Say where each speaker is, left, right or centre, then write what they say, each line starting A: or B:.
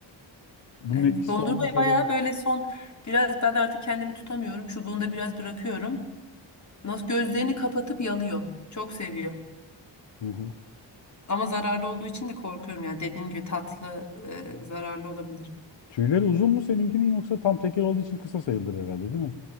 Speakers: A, on the left; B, on the left.
A: Bunun
B: Evet.
A: etkisi
B: Dondurmayı
A: olmuş
B: bayağı
A: olabilir.
B: böyle son biraz ben artık kendimi tutamıyorum. Çubuğunda biraz bırakıyorum. Nasıl gözlerini kapatıp yalıyor. Çok seviyor.
A: Hı hı.
B: Ama zararlı olduğu için de korkuyorum yani. Dediğim gibi tatlı e, zararlı olabilir.
A: Tüyleri uzun mu seninkinin yoksa tam tekir olduğu için kısa sayılır herhalde değil mi?